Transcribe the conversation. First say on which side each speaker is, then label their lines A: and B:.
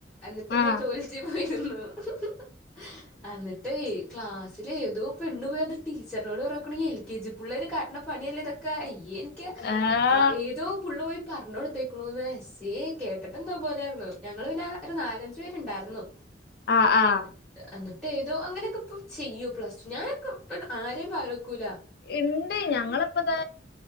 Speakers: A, in the centre; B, on the left.
A: എന്നിട്ട്
B: ആഹ്
A: ഞാൻ ടോയ്ലറ്റിൽ പോയിരുന്നു എന്നിട്ട് എന്നട്ടെ ക്ലാസ്സില് ഏതോ പെണ് പോയി അത് ടീച്ചറിനോട് പർഞ്ഞക്കണെ ഈ എൽ കെ ജി പുള്ളേര് കാട്ടണ പണിയല്ല ഇതൊക്കെ അയ്യേ എനിക്ക്
B: ആഹ്
A: ആ ഏതോ പുള്ള പോയി പറഞ്ഞു കൊടുത്തേക്കണുന്നേ അയ്യേ കേട്ട്ട്ടെന്തോ പോലെയാവുണ് ഞങ്ങള് പിന്നെ ഒരു നാലഞ്ചു പേരുണ്ടായിരുന്നു
B: ആഹ് ആഹ്
A: എന്നിട്ട് എന്നിട്ട് ഏതോ അങ്ങനെയൊക്കെ ഇപ്പോ ചെയ്യോ പ്ലസ്ടു ഞാനൊക്കെ ഇപ്പഴ് ആരെയും പാര വയ്ക്കൂല
B: ഇണ്ട് ഞങ്ങളിപ്പതാ